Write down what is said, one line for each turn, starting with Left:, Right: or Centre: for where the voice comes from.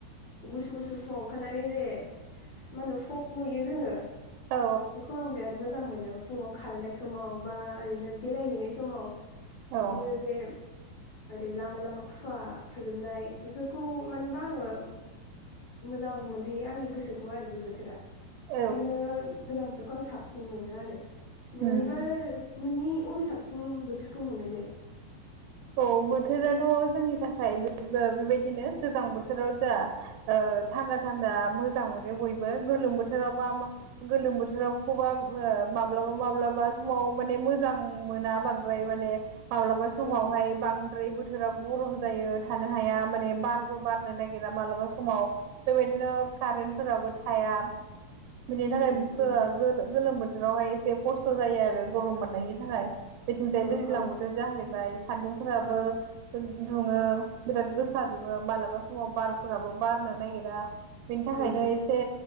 Left: गुसु गुसु फुङाव ओंखारनानै जे मा होनो फक नुयो जोङो।
Right: औ
Left: बेखौ आं बिराद मोजां मोनो फुङाव खारनाय समाव बा ओरैनो बेरायहैनाय समाव बिदिनो
Right: औ
Left: जे ओरै लामा लामा खुवा खुजोबनाय बेफोरखौ मानोबा आङो मोजां मोनहैयो आंनि गोसोखौ आरो बे बोथोरा। ओंखायनो
Right: औ
Left: गोजां बोथोरखौ आं साबसिन मोनो आरो। नोंनिबा
Right: उम
Left: नोंनि बबे साबसिन बोथोरखौ मोनो दे?
Right: औ बोथोराथ' जोंनि थाखाय बेबायदिनो गोजां बोथोराव जा ओ थान्दा थान्दा मोजां मोनो बयबो गोलोम बोथोरावबा मा गोलोम बोथोरावखौबा ओ माब्लाबा माब्लाबा समाव माने मोजां मोना बांसि बाय माने माब्लाबा समावहाय
Left: उम
Right: बांद्राय बोथोराव गरम जायो थानो हाया माने बारबो बारनो नागिरा मालाबा समाव। बेबायदिनो कारेन्टफोराबो थाया। बिनि थाखाय
Left: उम
Right: गो गोलोम बोथोरावहाय एसे खस्थ' जायो आरो गरम मोननायनि थाखाय। मिथिंजाय
Left: औ
Right: दैज्लां
Left: औ
Right: बोथोर जाहैबाय सान्दुंफोराबो
Left: औ
Right: दुङो बिराद गोसा दुङो मालाबा समाव बारफोराबो बारनो नागिरा। बेनि थाखायनो
Left: उम
Right: एसे